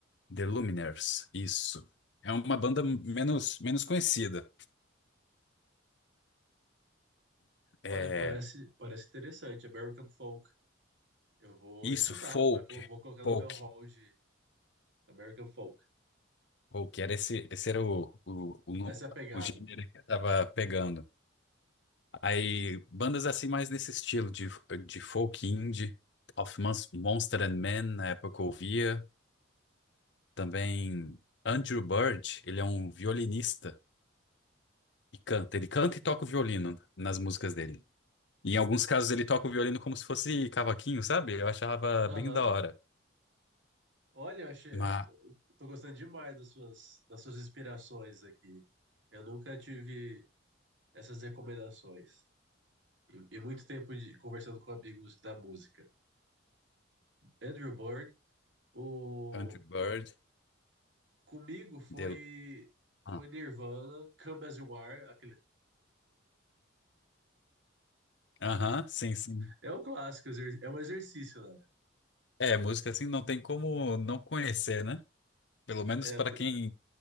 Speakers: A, on the left; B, on the right.
A: The Lumineers, isso. É uma banda menos, menos conhecida. É,
B: Olha, parece, parece interessante. American Folk. Eu vou
A: isso,
B: escutar,
A: folk,
B: vai colo- vou colocar
A: folk,
B: no meu hall de American Folk.
A: folk. Era esse, esse era o, o, o, no-
B: Essa é a pegada.
A: o gênero que eu tava pegando. Aí, bandas assim mais nesse estilo de, de folk indie, of Mons- Monster and Men, na época eu ouvia. Também Andrew Bird, ele é um violinista e canta. Ele canta e toca o violino nas músicas dele. E em alguns casos ele toca o violino como se fosse cavaquinho, sabe? Eu achava
B: Aham,
A: bem da hora.
B: Olha, eu achei,
A: Mas
B: acho- tô gostando demais das suas, das suas inspirações aqui. Eu nunca tive essas recomendações. E, e muito tempo de conversando com amigos da música. Andrew Bird, o
A: Andrew Bird,
B: comigo foi
A: The...
B: foi
A: Ah,
B: Nirvana, Come As You Are, aquele
A: Aham, sim, sim.
B: É um clássico, exer- é um exercício, né?
A: É, música assim não tem como não conhecer, né? Pelo menos
B: É,
A: para quem